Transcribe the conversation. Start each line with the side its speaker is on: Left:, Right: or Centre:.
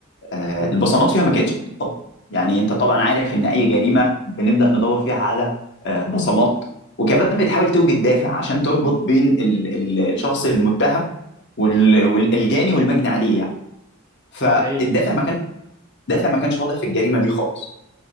Left: آه،
Right: مهم.
Left: البصمات فيها ما كانتش طبعا يعني انت طبعا عارف ان اي جريمه بنبدا ندور فيها على آه، بصمات وكمان بتحاول توجد دافع عشان تربط بين ال- ال- الشخص المتهم وال- والجاني والمجني عليه يعني فالدافع
Right: ده حقيقي بالظبط
Left: ما كانش الدافع ما كانش واضح في الجريمه دي خالص